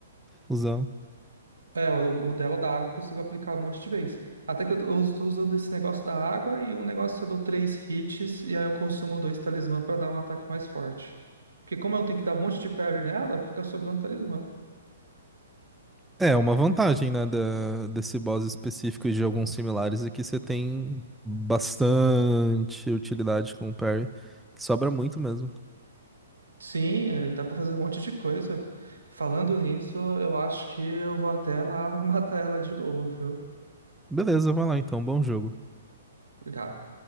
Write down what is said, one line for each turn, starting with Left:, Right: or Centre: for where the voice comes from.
Centre: usar.
Right: É, o, o dela da água eu consigo aplicar um monte de vez. Até que eu tô, eu tô usando esse negócio da água e um negócio eu dou três hits e aí eu consumo dois talismã pra dar um ataque mais forte. Porque como eu tenho que dar um monte de parry nela, fica sobrando talismã.
Centre: É, é uma vantagem, né, da- desse boss específico e de alguns similares é que você tem bastante utilidade com o parry, que sobra muito mesmo.
Right: Sim, é, dá pra fazer um monte de coisa. Falando nisso, eu acho que eu vou até lá <laughs> matar ela de novo, viu?
Centre: Beleza, vai lá então, bom jogo.
Right: Obrigado.